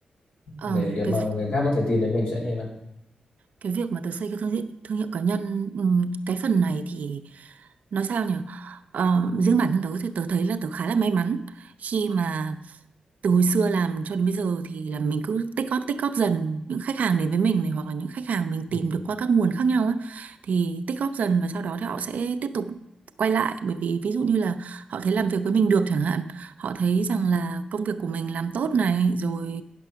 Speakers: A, on the right (about 75°); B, on the left (about 75°).
A: Ờ,
B: để để mà
A: cái
B: người khác có thể tìm đến mình sẽ như thế nào
A: cái việc mà tớ xây cái thương hiệu, thương hiệu cá nhân ừm, cái phần này thì nói sao nhỉ Ờ, riêng bản thân tớ thì tớ thấy là tớ khá là may mắn khi mà từ hồi xưa làm cho đến bây giờ thì là mình cứ tích góp tích góp dần những khách hàng đến với mình này hoặc là những khách hàng mình tìm
B: ừ.
A: được qua các nguồn khác nhau á thì tích góp dần và sau đó thì họ sẽ tiếp tục quay lại bởi vì ví dụ như là họ thấy làm việc với mình được chẳng hạn họ thấy rằng là công việc của mình làm tốt này rồi